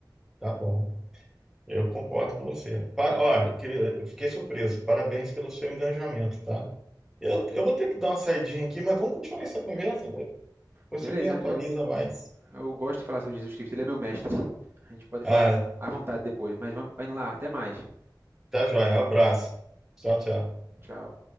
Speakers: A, in the centre; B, on the right (about 30°).
A: Tá bom. Eu concordo com você. Para, ó, eu queria, eu fiquei surpreso. Parabéns pelo seu engajamento, tá? Eu, eu vou ter que dar uma saidinha aqui, mas vamos continuar essa conversa, velho. Você
B: Beleza?
A: me atualiza
B: Eu,
A: mais.
B: eu gosto de falar sobre Jesus Cristo. Ele é meu mestre. A gente pode falar
A: Ah,
B: à vontade depois, mas vamos, vai indo lá. Até mais.
A: tá joia. Um abraço. Tchau, tchau.
B: Tchau.